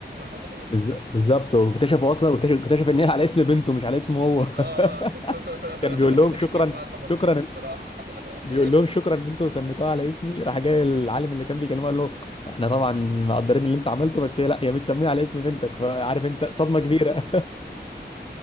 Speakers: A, on the right; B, on the left.
A: <laughs>
B: بالز- بالظبط واكتشفوا اصلا واكتشف اكتشف ان هي على اسم بنته مش على اسمه هو <laughs>
A: اه <laughs>
B: كان بيقول لهم شكرا
A: كانت لحظة مسخرة
B: شكرا
A: الصراحة <laughs>
B: بيقول لهم شكرا ان انتوا سميتوها على اسمي راح جاي العالم اللي كان بيكلمه قال له احنا طبعا مقدرين اللي انت عملته بس هي لا هي متسميه على اسم بنتك فعارف انت صدمه كبيره